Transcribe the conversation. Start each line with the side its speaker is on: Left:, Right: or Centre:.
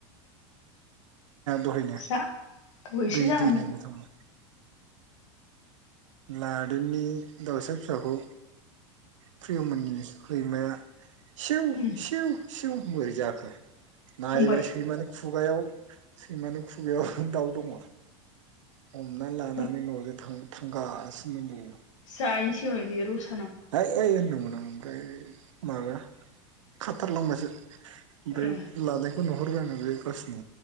Right: दहायनो
Left: जा दहायसो
Right: दै
Left: जागोनदां
Right: दै नायनो थाङो लादेननि दाउसा फिसाखौ प्रियममोननिस खैमाया सिव
Left: उम
Right: सिव सिव बोरै जाखो नायबाय
Left: हमबाय
Right: सैमानो खुगायाव सैमानि खुगायाव दाउ दङ हमना लानानै
Left: हम
Right: न'जों थ थांगासिनो दंबावो
Left: जाहैसिगोन बियो रस
Right: ओइ ओइ होनदोंमोन आं ओमफ्राय माबा खाथारलांबायसो ओमफ्राय
Left: ए
Right: लानायखौ नहरगोन आ न बे कसनि